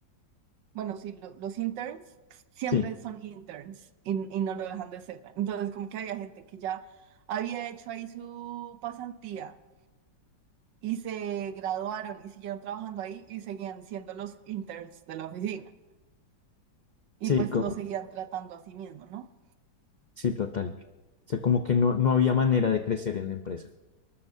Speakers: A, on the right (about 80°); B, on the left (about 70°).
A: Bueno, sí, lo- los interns siempre
B: sí,
A: son interns y, y no lo dejan de ser. Entonces, como que había gente que ya había hecho ahí su pasantía y se graduaron y siguieron trabajando ahí y seguían siendo los interns de la oficina. Y
B: sí,
A: pues
B: como,
A: lo seguían tratando a sí mismo, ¿no?
B: sí, total. O sea, como que no, no había manera de crecer en la empresa.